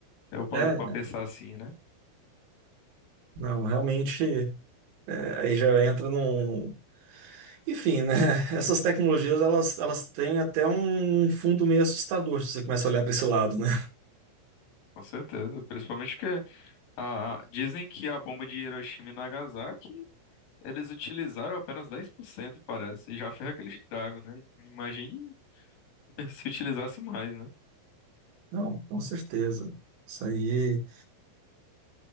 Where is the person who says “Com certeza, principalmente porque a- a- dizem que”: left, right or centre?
Left